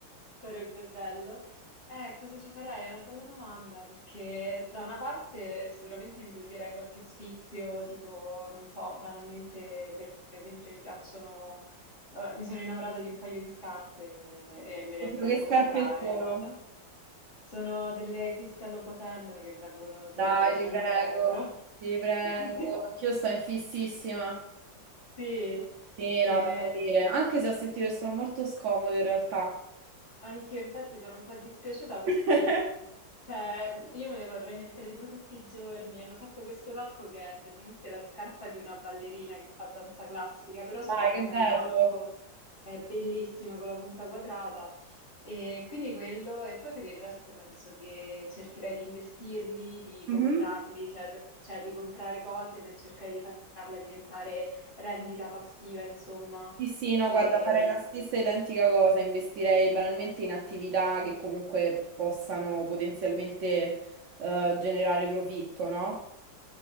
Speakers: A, on the left; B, on the right.
A: sarebbe bello. Eh, cosa ci farei? È una bella domanda, perché da una parte sicuramente mi toglierei qualche sfizio, tipo, non so, banalmente, per per esempio, mi piacciono, vabbè, mi sono innamorata di un paio di scarpe e me
B: Oddio,
A: le andrei
B: che
A: a
B: scarpe
A: comprare,
B: sono?
A: ecco. Sono delle Cristian Louboutin che vengono tipo
B: Dai,
A: 900
B: ti prego,
A: euro.
B: ti prego.
A: <laughs>
B: Anch'io sto in fississima.
A: Sì,
B: Sì,
A: e
B: no, da morire. Anche se ho sentito che sono molto scomode in realtà.
A: anche io infatti sono un po' dispiaciuta perché
B: <laughs>
A: cioè, io me le vorrei mettere tipo tutti i giorni. Hanno fatto questo tacco che è praticamente la scarpa di una ballerina che fa danza classica, però sotto
B: Dai,
A: forma
B: che bello.
A: di tacco. È bellissima con la punta quadrata. E quindi quello, e poi per il resto penso che cercherei di investirli, di
B: Mhm.
A: comprarli, cioè, per- cioè di comprare cose per cercare di farla diventare rendita passiva, insomma.
B: Sì, sì, no,
A: E-
B: guarda, farei la stessa identica cosa, investirei banalmente in attività che comunque possano potenzialmente eh, generare profitto, no?